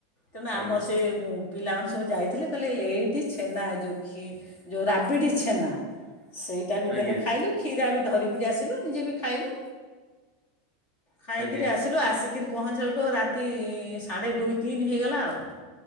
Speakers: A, on the left; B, in the centre.
A: ତେଣୁ ଆମର
B: ଆଜ୍ଞା
A: ସେ ମୁଁ ପିଲାମାନେ ସବୁ ଯାଇଥିଲେ, କହିଲେ ଲେ ଏଇଠି ଛେନା ଏ ଯୋଉ ଖୀ ଯୋଉ ରାବିଡ଼ି ଛେନା। ସେଇଟା ବି
B: ଆଜ୍ଞା
A: ଦେଲେ ଖାଇଲୁ, କ୍ଷୀରା ବି ଧରିକିରି ଆସିଲୁ। ନିଜେ ବି ଖାଇଲୁ। ଖାଇକିରି
B: ଆଜ୍ଞା
A: ଆସିଲୁ। ଆସିକିରି ପହଞ୍ଚିଲା ଅଳକୁ ରାତି-ଇଁ ସାଢ଼େ ଦୁଇ ତିନି ହେଇଗଲା ଆଉ।